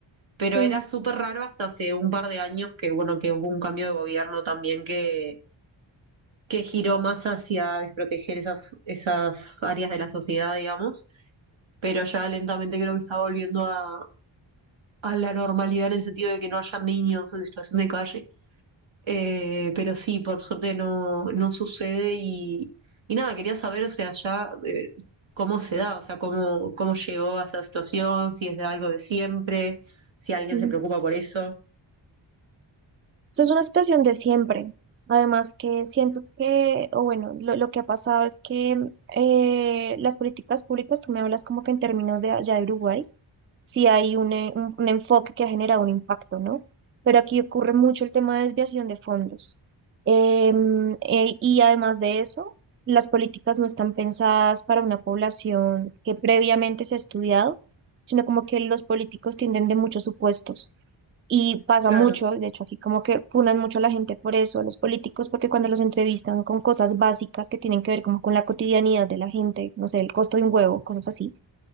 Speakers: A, on the right; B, on the right.
A: pero
B: Sí.
A: era súper raro hasta hace un par de años que, bueno, que hubo un cambio de gobierno también que, que giró más hacia desproteger esas, esas áreas de la sociedad, digamos, pero ya lentamente creo que está volviendo a, a la normalidad en el sentido de que no haya niños en situación de calle. Eh, pero sí, por suerte no, no sucede y, y nada, quería saber, o sea, ya eh, cómo se da, o sea, cómo, cómo llegó a esta situación, si es de algo de siempre, si alguien
B: ujú.
A: se preocupa por eso.
B: Esta es una situación de siempre. Además que siento que, o bueno, lo, lo que ha pasado es que eh, las políticas públicas, tú me hablas como que en términos de allá de Uruguay. si hay un, e- un- un enfoque que ha generado un impacto, ¿no? Pero aquí ocurre mucho el tema de desviación de fondos. Em, e- y además de eso, las políticas no están pensadas para una población que previamente se ha estudiado, sino como que los políticos tienden de muchos supuestos. Y pasa
A: Claro,
B: mucho, de hecho aquí como que funan mucho a la gente por eso, a los políticos, porque cuando los entrevistan con cosas básicas que tienen que ver como con la cotidianidad de la gente, no sé, el costo de un huevo, cosas así